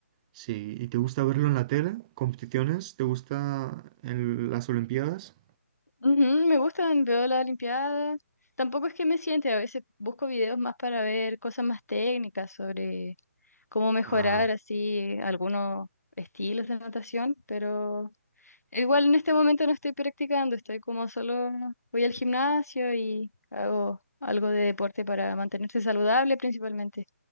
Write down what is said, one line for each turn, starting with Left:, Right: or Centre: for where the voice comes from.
Right: Sí, ¿y te gusta verlo en la tele? ¿Competiciones? ¿Te gusta en las Olimpiadas?
Left: Ujú, me gustan, veo las Olimpiadas. Tampoco es que me siente, a veces busco videos más para ver cosas más técnicas sobre cómo mejorar
Right: Ah.
Left: así algunos estilos de natación, pero igual en este momento no estoy practicando, estoy como solo voy al gimnasio y hago algo de deporte para mantenerse saludable principalmente.